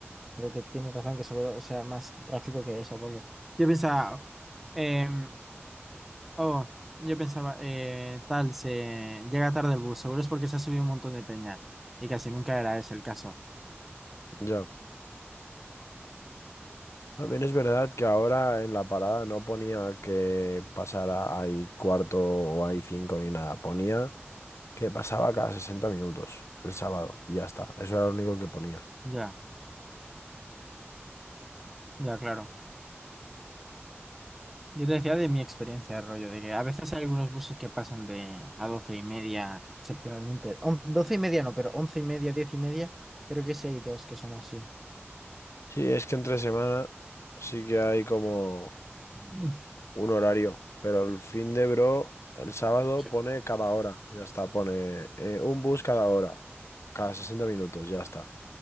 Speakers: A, in the centre; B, on the left.
A: Creo que tienes razón que seguro sea más tráfico que eso, porque yo pensaba... em, Oh, yo pensaba, eh, tal, se llega tarde el bus, seguro es porque se ha subido un montón de peña. Y casi nunca era ese el caso.
B: Ya. También es verdad que ahora en la parada no ponía que pasara ahí cuarto o ahí cinco ni nada. Ponía que pasaba cada 60 minutos el sábado y ya está. Eso era lo único que ponía.
A: Ya, ya, claro. Yo te decía de mi experiencia, rollo, de que a veces hay algunos buses que pasan de a doce y media, excepcionalmente. On- Doce y media no, pero once y media, diez y media, creo que sí hay dos que son así.
B: Sí, es que entre semana sí que hay como...
A: Mm.
B: un horario, pero el fin de bro, el sábado
A: Sí.
B: pone cada hora, ya está, pone eh, un bus cada hora, cada 60 minutos, ya está.